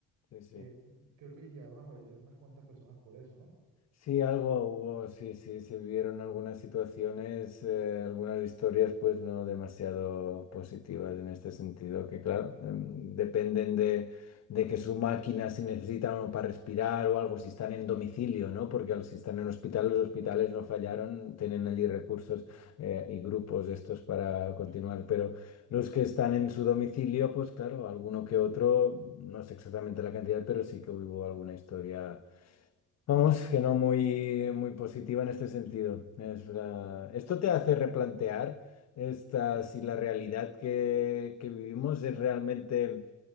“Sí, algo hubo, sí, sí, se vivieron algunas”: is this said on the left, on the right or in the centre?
Left